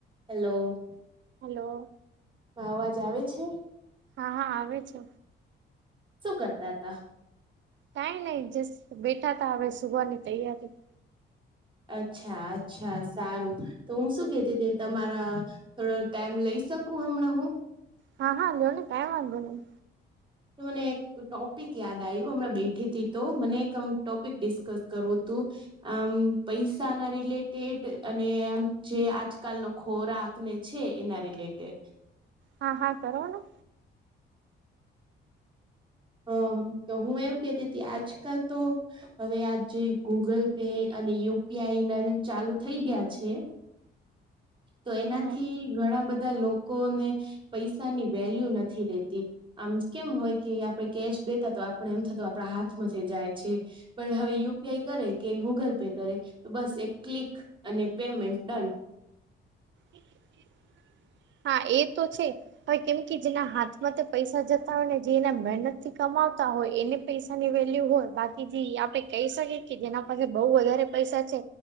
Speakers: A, on the right (about 25°); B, on the right (about 65°).
A: Hello.
B: Hello.
A: માં અવાજ આવે છે?
B: હા હા આવે છે.
A: શું કરતા હતા?
B: કાઈ નઈ જસ્ટ બેઠા તા હવે સુવા ની તૈયારી
A: અચ્છા અચ્છા સારું તો હું શું કેતી હતી તમારા થોડો ટાઈમ લઈ શકું હમણાં હું
B: હા હા લિયો ને કાઈ વાંધો નહી
A: મને એક ટોપિક યાદ આયું હમણાં બેઠી તી તો મને એક અમ ટોપિક ડિસ્કસ કરવું તું આમ પૈસા ના રિલેટેડ અનેમ જે આજકાલ નો ખોરાકને છે એના રિલેટેડ.
B: હા હા સર
A: હ તો હું એવું કેતી તી આજકાલ તો હવે આ જે ગૂગલ પે અને યુપીઆઈ ના ચાલુ થઇ ગ્યા છે તો એનાથી
B: હમ
A: ઘણા બધા લોકોને પૈસાની વેલ્યુ નથી રેતી આમ કેમ હોય કે આ પે કેશ દેતા તો આપણે એમ થતું આપણા હાથમાં થી જાય છે. પણ હવે યુ. પી. આઈ. કરે કે ગૂગલ પે કરે તો બસ એક ક્લિક અને પેમેન્ટ ડન.
B: એ <inaudible> હા એ તો છે. હવે કેમ કે જેના હાથમાં થી પૈસા જતા હોય ને જે એના મહેનત થી કમાવતા હોય એને પૈસા ની વેલ્યુ હોય બાકી જે આપે કઈ શકીએ કે જેના પાસે બઉ વધારે પૈસા છે